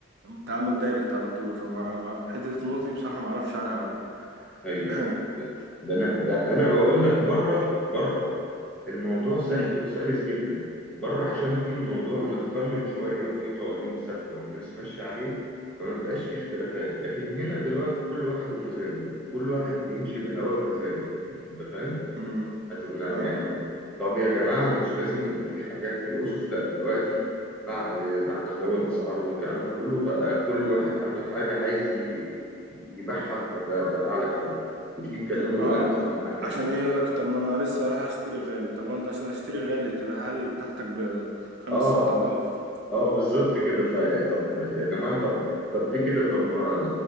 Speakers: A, on the right; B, in the centre.
A: تعامل دايركت على طول فما ما- حتة النقطة دي بصراحة ما اعرفش عنها أوي
B: ايوه
A: <laughs>
B: أيوه. ده انا ده انا بقول لك بره بره الموضوع سهل
A: مم،
B: وسلس جدا بره عشان في الموضوع متقنن شويه وفي قوانين ثابته والناس ماشيه عليه فما بقاش فيه اختلافات لكن هنا دلوقتي كل واحد ومزاجه كل واحد يمشي بهواه بمزاجه يعني انت فاهم
A: مم،
B: هت- ما-
A: فاهمك
B: يعني طب يا جماعة مش لازم يبقى في حاجات في أسس لا دلوقتي بعد بعد غلو الأسعار والكلام ده كله بقى كل واحد عنده حاجة عايز ي- يبيعها ب- ب- بأعلى ثمن وتيجي تكلمه يقول
A: اه
B: لك
A: ما
B: طب يقول لك
A: عشان
B: يا عم في
A: ايه
B: حاجة.
A: يقولك طب ما انا لسه رايح اشتري غالي طب وانت عشان اشتري غالي تبقى هاي بتاعتك بخمس
B: اه
A: ست اضعاف
B: اه بالظبط كده ف طب يا جماعه طب طب ليه كده طب ما